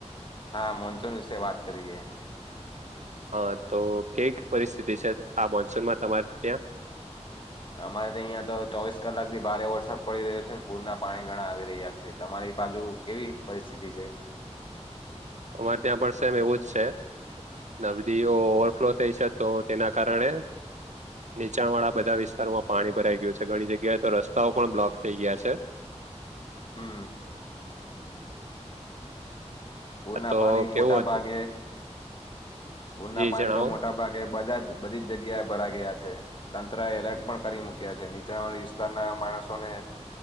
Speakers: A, on the left; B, on the right.
A: હા, મોનસૂન વિશે વાત કરીએ.
B: હ તો કેવીક પરિસ્થિતિ છે આ મોન્સૂનમાં તમારે ત્યાં?
A: અમારે તો અહિયાં તો ચોવીસ કલાકથી ભારે વરસાદ પડી રહ્યો છે ને પૂરના પાણી ઘણા આવી રહ્યા છે, તમારી બાજુ? કેવી પરિસ્થિતિ છે?
B: અમારે ત્યાં પણ સેમ એવું જ છે. નદીઓ ઓવરફ્લો થઈ છે તો તેના કારણે નીચાણવાળા બધા વિસ્તારોમાં પાણી ભરાઈ ગયું છે ઘણી જગ્યાએ તો રસ્તાઓ પણ બ્લોક થઈ ગયા છે.
A: હમ્મ. પૂરના
B: આ તો
A: પાણી
B: કેવું
A: મોટા
B: હતું
A: ભાગે પૂરના
B: જી
A: પાણી
B: જણાવો
A: તો મોટા ભાગે બધા જ બધી જ જગ્યાએ ભરા ગયા છે. તંત્ર એલર્ટ પણ કરી મુક્યા છે નીચાણવાળા વિસ્તારના માણસોને